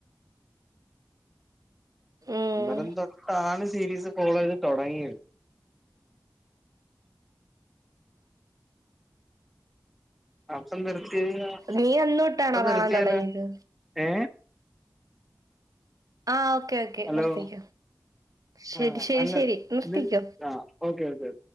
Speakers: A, on the right; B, in the centre.
A: ഉം
B: അന്നേരം തൊട്ടാണ് സീരീസ് ഫോളോ ചെയ്ത് തുടങ്ങിയത് അപ്പം നിർത്തിയ
A: നീ അന്നോട്ടാണോ
B: അപ്പം നിറുത്തിയാലോ
A: കാണാൻ തുടങ്ങിയത്
B: ഏ
A: ആഹ് ഓക്കെ ഓക്കെ
B: ഹലോ
A: നിർത്തിക്കോ ശരി
B: ആ
A: ശരി
B: അല്ല
A: ശരി നിർത്തിക്കോ
B: ഇത് ആ ഓക്കെ ഓക്കെ